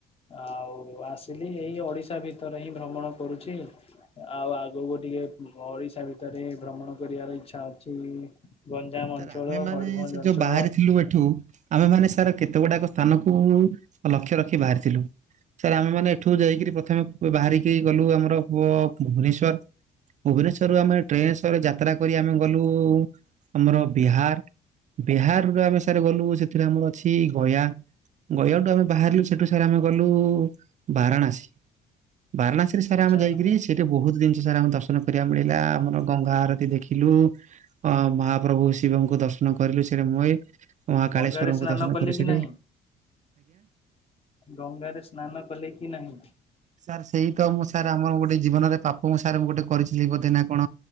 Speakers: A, on the left (about 35°); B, on the right (about 45°).
A: ଆଉ ଆସିଲି ଏଇ ଓଡିଶା ଭିତରେ ହିଁ ଭ୍ରମଣ କରୁଛି। ଆଉ ଆଗକୁ ଟିକେ ଓଡିଶା ଭିତରେ ଭ୍ରମଣ କରିବାର ଇଚ୍ଛା ଅଛି। ଗଞ୍ଜାମ
B: ସାର୍
A: ଅଞ୍ଚଳ,
B: ଆମେ ମାନେ
A: ମୟୂରଭଞ୍ଜ
B: ସେ
A: ଅଞ୍ଚଳ
B: ଯୋଉ ବାହାରିଥିଲୁ ଏଠୁ ଆମେମାନେ ସାର୍ କେତେ ଗୁଡାକ ସ୍ଥାନକୁ ଲକ୍ଷ୍ୟ ରଖି ବାହାରିଥିଲୁ। ସାର୍ ଆମେ ମାନେ ଏଠୁ ଯାଇକିରି ପ୍ରଥମେ ବାହାରିକି ଗଲୁ ଆମର ପୁଅ ଭୁବନେଶ୍ଵର। ଭୁବନେଶ୍ଵରରୁୁ ଆମେ ଟ୍ରେନ୍ ସରେ ଯାତ୍ରା କରି ଆମେ ଗଲୁ ଆମର ବିହାର ବିହାରରୁ ଆମେ ସାର୍ ଗଲୁ ସେଥିରେ ଆମର ଅଛି ଗୟା। ଗୟାଠୁ ଆମେ ବାହାରିଲୁ ସେଠୁ ସାର୍ ଆମେ ଗଲୁ ବାରାଣାସୀ, ବାରାଣାସୀରେ ସାର ଆମେ
A: ଯାହା
B: ଯାଇକିରି ସେ ଏତେ ବହୁତ ଜିନିଷ ସାର ଆମେ ଦର୍ଶନ କରିବାକୁ ମିଳିଲା, ଆମର ଗଙ୍ଗା ଆରତୀ ଦେଖିଲୁ, ଅ ଭା ପ୍ରଭୁ ଶିବଙ୍କୁ ଦର୍ଶନ କରିଲୁ ସେଠି ମୁଇଁ, ମହାକାଳେଶ୍ଵରଙ୍କୁ
A: ଗଙ୍ଗାରେ ସ୍ନାନ
B: ଦର୍ଶନ
A: କଲେ
B: କରିସାରି
A: କି ନାହିଁ ଗଙ୍ଗାରେ ସ୍ନାନ କଲେ କି ନାହିଁ?
B: ସାର୍ ସେଇ ତ ମୁଁ ସାର୍ ଆମର ଗୋଟେ ଜୀବନରେ ପାପ ମୁଁ ସାର୍ ମୁଁ ଗୋଟେ କରିଥିଲି ବୋଧେ ନା କଣ?